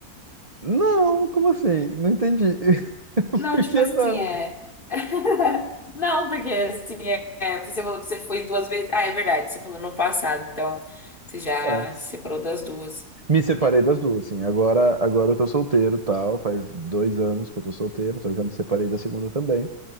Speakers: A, on the right; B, on the left.
A: Não, como assim? Não entendi. <laughs>
B: Não,
A: Por
B: tipo
A: que
B: assim,
A: não?
B: é... <laughs> Não, porque, assim, é... é, você falou que você foi duas vezes. Ah, é verdade, você falou no passado, então você já
A: É,
B: se separou das duas.
A: me separei das duas, sim. Agora, agora eu tô solteiro, e tal. Faz dois anos que eu tô solteiro, então eu já me separei da segunda também.